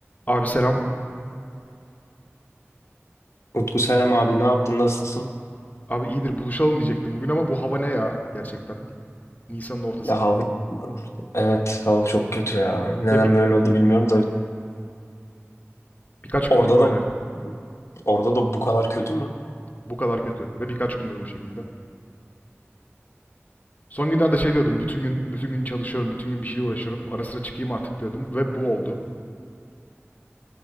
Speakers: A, on the left; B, on the left.
A: Abi selam.
B: Utku selam abi ne yaptın nasılsın?
A: Abi iyidir buluşalım diyecektim bugün ama bu hava ne ya gerçekten? Nisan'ın ortasında.
B: Ya hava evet hava çok kötü ya. Neden
A: Ve bir,
B: böyle oldu bilmiyorum da
A: birkaç gündür
B: orada
A: böyle.
B: da orada da bu kadar kötü mü?
A: Bu kadar kötü. Ve birkaç gündür bu şekilde. Son günlerde şey diyordum. Bütün gün bütün gün çalışıyorum. Bütün gün bir şeyle uğraşıyorum. Ara sıra çıkayım artık diyordum. Ve bu oldu.